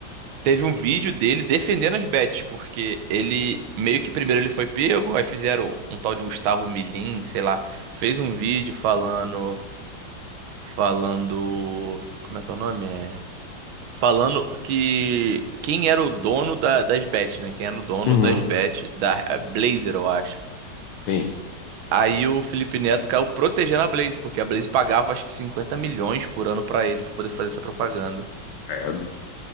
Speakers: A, on the right (about 80°); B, on the left (about 65°).
A: Teve um vídeo dele defendendo as bets, porque ele meio que primeiro ele foi pego, aí fizeram um tal de Gustavo Milin, sei lá, fez um vídeo falando, falando, como é que é o nome? É, falando que quem era o dono da- das bets, né? Quem era o dono
B: uhum,
A: das bets da Blazer, eu acho.
B: sim.
A: Aí o Felipe Neto caiu protegendo a Blaze, porque a Blaze pagava acho que 50 milhões por ano pra ele pra poder fazer essa propaganda.
B: É.